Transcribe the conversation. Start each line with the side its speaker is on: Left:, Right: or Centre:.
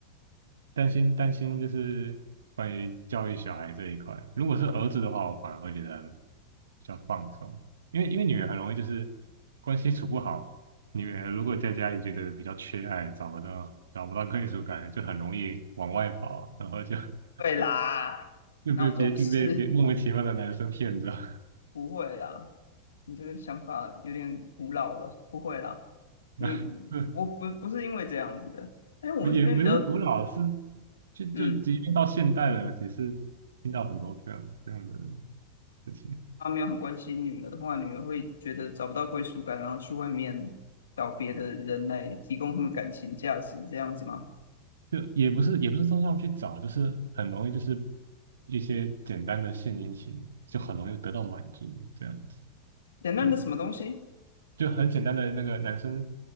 Right: 担心担心就是关于教育小孩这一块。如果是儿子的话，我反而会觉得比较放松，因为因为女儿很容易就是关系处不好，女儿如果在家里觉得比较缺爱，找不到找不到归属感，就很容易往外跑，然后就 <laughs>
Left: 会啦，
Right: 就被别就被别莫名其妙的男生骗着。
Left: 哪有这种事？不会啦。你这个想法有点古老了，不会啦，你
Right: <laughs>
Left: 不不不是因为这样子的，因为我们这边比较，
Right: 也不是古老，是就就即便到现代了，
Left: 嗯，
Right: 也是听到很多这样这样的事情，
Left: 他没有很关心女儿的话，女儿会觉得找不到归属感，然后去外面找别的人来提供他们感情价值，这样子吗？
Right: 就也不是也不是说上去找，就是很容易就是一些简单的献殷勤，就很容易得到满足，这样子
Left: 简单的什么东西？
Right: 就就很简单的那个男生